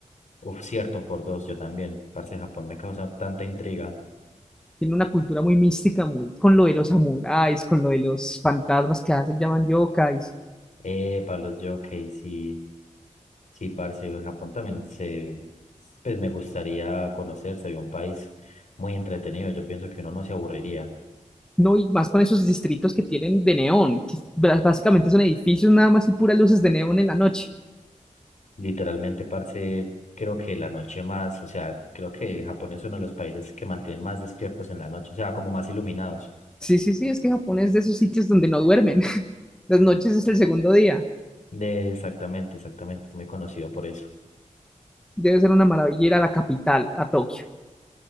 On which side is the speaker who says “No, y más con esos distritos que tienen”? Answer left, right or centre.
Centre